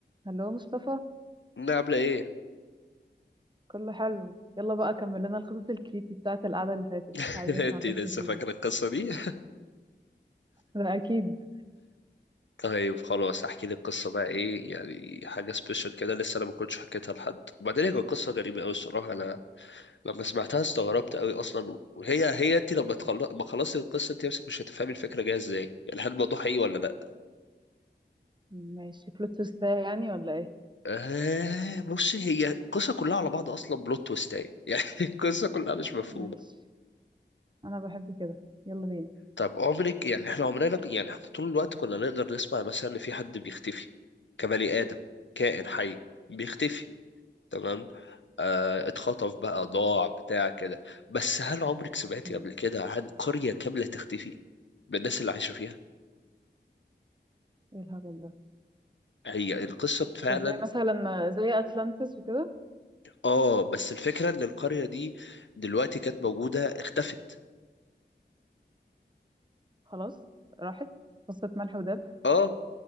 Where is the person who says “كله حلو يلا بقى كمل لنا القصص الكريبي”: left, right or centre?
Right